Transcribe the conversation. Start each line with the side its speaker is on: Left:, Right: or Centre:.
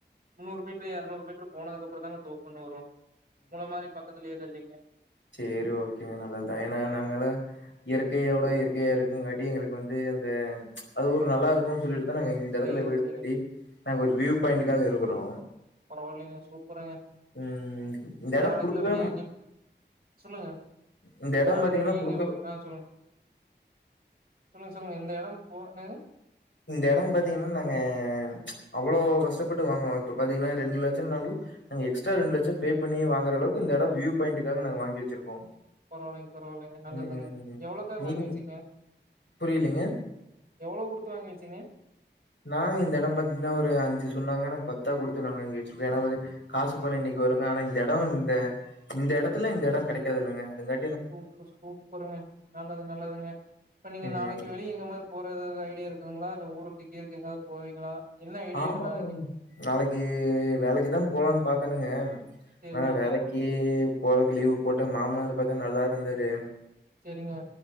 Right: முன்னூறு மீட்டர் எரநூறு மீட்ரு போனதுக்கப்பறந்தாங்க தோ ப்பொன்னு வரு முன்ன மாரி பக்கத்துல எல்லா இல்லீங்க
Left: சேரி ஓகேங்க நல்லத் தாங்க ஏனா நாங்கல்லா இயற்கையோட இயற்கையா இருக்குங்காட்டி எங்களுக்கு வந்து இந்த அது ஒரு நல்லாருக்குன் சொல்லிட்டு தா நாங்க இந்த
Right: சரி,
Left: எடத்துல வீடு
Right: சரிங்க.
Left: கட்டி நாங்க ஒரு வியூ பாயிண்ட்டுக்காக இருக்கறோ
Right: பரவால்லீங்க அ சூப்பருங்க
Left: ம் இந்த
Right: அப்றோ
Left: எடம்
Right: நாளைக்கெல்லா
Left: குடுக்கவே
Right: வெளிய எங்யு சொல்லுங்க
Left: இந்த எடம்
Right: நாளைக்கு
Left: பாத்தீங்கன்னா
Right: வெளிய
Left: குடுக்க
Right: எங்யு ஆ சொல்லுங்க சொல்லுங்க சொல்லுங்க இந்த எடோ போ என்னங்க
Left: இந்த எடோ பாத்தீங்கனா நாங்க அவ்ளோ கஷ்டப்பட்டு வாங்னோ இப்ப பாத்தீங்கனா ரெண்டு லட்சோனாலு நாங்க எக்ஸ்ட்ரா ரெண்டு லட்ச பே பண்ணி வாங்கற அளவுக்கு இந்த எட வியூ பாயி்ன்டுக்காக நாங்க வாங்கி வச்சிருக்கோ
Right: பரவாயில்லங்க பரவாயில்லங்க நல்லதுங்க
Left: ம்
Right: எவ்வளோக்கா
Left: நீங்
Right: வாங்கி வச்சிங்க
Left: புரியலீங்க
Right: எவ்வளோ கொடுத்து வாங்கி வச்சிங்க
Left: நாங்க இந்த எடம் பாத்தீங்கன்னா ஒரு அஞ்சு சொன்னாங்க நாங்க பத்தா குடுத்து நாங்க வாங்கி வச்சிருக்கோ ஏன்னா வ காசு பணம் இன்னைக்கு வருங்க ஆனா இந்த எடம் இந்த இந்த எடத்துல இந்த எடம் கெடைக்காதுல்லங்க அதுங்கா
Right: சூப்பர் சூப்பருங்க நல்லது நல்லதுங்க இப்ப நீங்க
Left: ம்
Right: நாளைக்கு வெளிய எங்க மாரி போற ஏதாது ஐடியா இருக்குங்களா இல்ல ஊருக்கு கீருக்கு எங்காவது போவீங்களா என்ன ஐடியாங்க
Left: ஆமாங்க
Right: நாளைக்கு
Left: நாளைக்கு வேலைக்கு தா போலான்னு பாத்தேனுங்க
Right: செரிங்க
Left: ஆனா வேலைக் கி போறக்கு லீவு போட்டு மாமனார் பாத்தா நல்லா இருந்தாரு
Right: செரிங்க